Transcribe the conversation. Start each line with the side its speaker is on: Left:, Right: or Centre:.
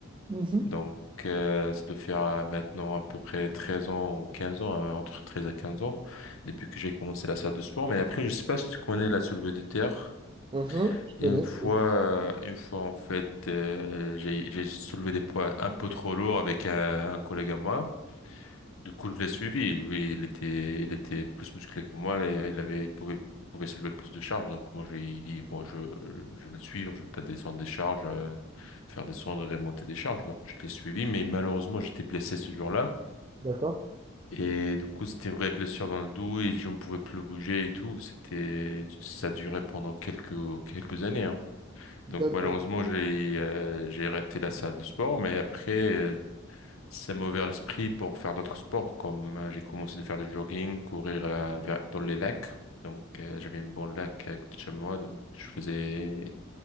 Right: Mhm.
Left: Donc, euh, ça doit faire euh, maintenant à peu près 13 ans ou 15 ans, euh, entre 13 à 15 ans, depuis que j'ai commencé la salle de sport. Mais après, je sais pas si tu connais la soulevé de terre.
Right: Mhm. Je connais,
Left: Une
Right: je
Left: fois,
Right: connais.
Left: une fois, en fait, euh, j'ai, j'ai soulevé des poids un peu trop lourds avec un, un collègue à moi. Du coup, je l'ai suivi. Lui, il était, il était plus musclé que moi. Il il avait, il pouvait, pouvait soulever plus de charges. Donc, moi, je lui ai dit, bon, je, je vais le suivre. Je vais pas descendre des charges, euh, faire descendre et remonter des charges. Donc, je l'ai suivi. Mais malheureusement, j'étais blessé ce jour-là.
Right: D'accord.
Left: Et du coup, c'était une vraie blessure dans le dos et je ne pouvais plus bouger et tout. C'était, ça durait pendant quelques, quelques années, hein.
Right: D'accord.
Left: Donc, malheureusement, j'ai, euh, j'ai arrêté la salle de sport. Mais après, euh, ça m'a ouvert l'esprit pour faire d'autres sports, comme euh, j'ai commencé de faire du jogging, courir euh, vers- dans les lacs. Donc, euh, j'avais un bon lac euh, à côté de chez moi, donc je faisais